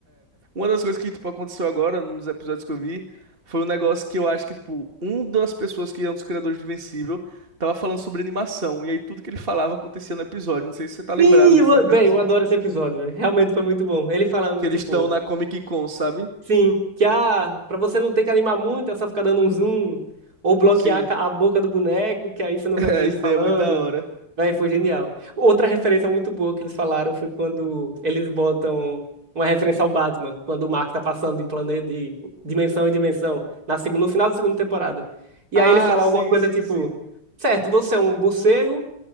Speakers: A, on the right; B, on the right.
A: Uma das coisas que, tipo, aconteceu agora, num dos episódios que eu vi, foi um negócio que eu acho que, tipo, um das pessoas que é um dos criadores de Invencível tava falando sobre animação, e aí tudo que ele falava acontecia no episódio. Não sei se você tá lembrado,
B: Sim, eu,
A: sabe?
B: véi,
A: de Algo assim.
B: eu adoro esse episódio, véi. Realmente foi muito bom. Ele falando,
A: Que eles
B: tipo,
A: estão na Comic Con, sabe?
B: sim, que ah, pra você não ter que animar muito, é só ficar dando um zoom, ou bloquear
A: Sim.
B: a ca- a boca do boneco, que aí você
A: <laughs>
B: não
A: É,
B: vai ver ele
A: isso
B: falando.
A: daí é muito da hora.
B: Véi, foi genial. Outra referência muito boa que eles falaram foi quando eles botam uma referência ao Batman, quando o Mark tá passando de planeta, de dimensão em dimensão, na, seg- no final da segunda temporada. E
A: Ah,
B: aí ele fala
A: sim,
B: alguma coisa
A: sim,
B: tipo,
A: sim.
B: certo, você é um morcego,